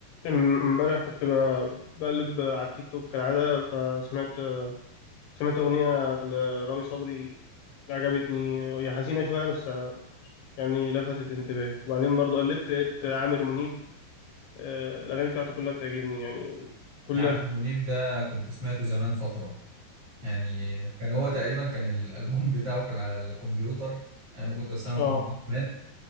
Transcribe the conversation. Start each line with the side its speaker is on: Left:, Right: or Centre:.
Left: ام- امبارح كنت ب- بقلب على التيك توك كالعادة فسمعت سمعت أغنية لرامي صبري عجبتني هي حزينة شوية بس يعني لفتت انتباهي وبعدين برضو قلبت لقيت عامر منيب آه، الأغاني بتاعته كلها بتعجبني يعني كلها
Right: عامر منيب ده كنت سمعته زمان فترة يعني كان هو تقريبا كان الألبوم <laughs> بتاعه كان على الكمبيوتر أيام ما كنت بستعمل
Left: اه
Right: كمبيوتر زمان